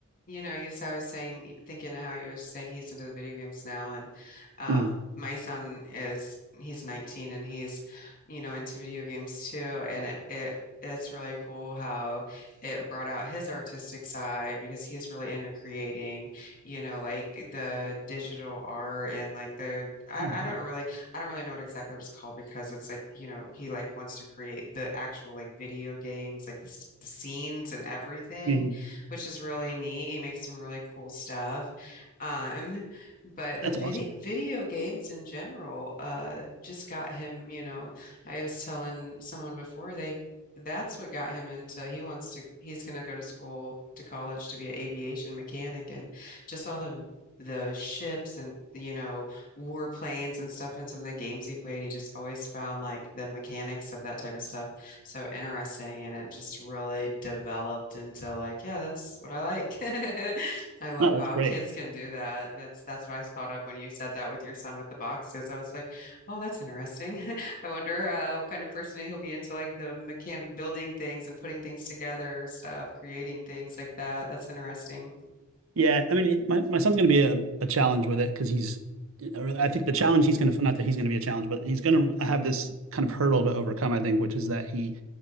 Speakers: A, on the left (about 40°); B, on the right (about 65°).
A: You know, you I was saying, thinking of how you were saying he's into the video games now, and um,
B: Mm.
A: my son is he's 19 and he's, you know, into video games too, and it, it it's really cool how it brought out his artistic side because he's really into creating, you know, like the digital art and like the I,
B: Oh,
A: I
B: wow.
A: don't really I don't really know what exactly what it's called because it's like, you know, he like wants to create the actual like video games, like the, s- the scenes and everything
B: Mm.
A: which is really neat. He makes some really cool stuff. Um, but
B: That's
A: the video
B: awesome.
A: video games in general uh just got him, you know, I was telling someone before they that's what got him into he wants to he's going to go to school to college to be an aviation mechanic and just all the the ships and you know warplanes and stuff and some of the games he played he just always found like the mechanics of that type of stuff so interesting and it just really developed into like yeah that's what I like <laughs> I love
B: No,
A: how
B: that's great.
A: kids can do that that's that's what I thought of when you said that with your son with the boxes I was like oh that's interesting <laughs> I wonder uh, what kind of person he'll be into like the mechan building things and putting things together stuff creating things like that that's interesting
B: Yeah, I mean, my, my son's going to be a, a challenge with it because he's, or I think the challenge he's going to, not that he's going to be a challenge, but he's going to have this kind of hurdle to overcome, I think, which is that he